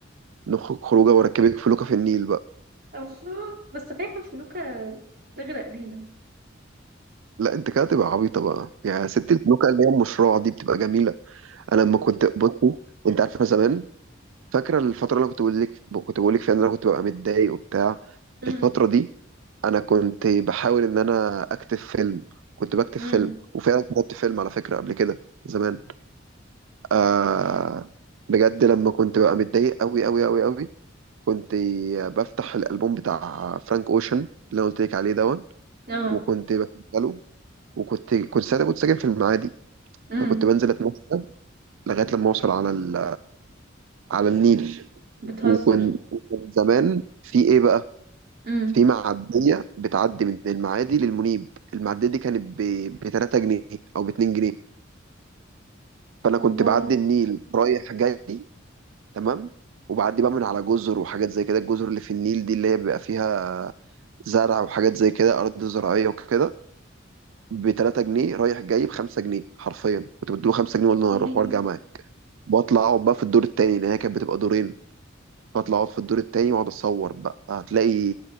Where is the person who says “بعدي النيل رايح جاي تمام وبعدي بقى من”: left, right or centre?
Right